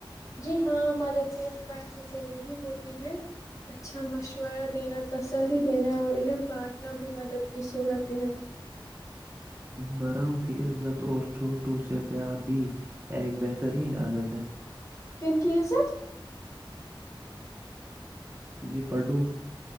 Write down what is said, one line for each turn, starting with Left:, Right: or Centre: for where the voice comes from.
Left: جی ہاں مدد صرف فیص سے نہیں ہوتی ہے اچھا مشورہ دینا تسلی دینا اور علم بانٹنا بھی مدد کی صورت ہے
Right: براؤں کی عزت اور چھوٹوں سے پیار بھی ایک بہترین عادت ہے
Left: کم کی عزت
Right: جی بڈو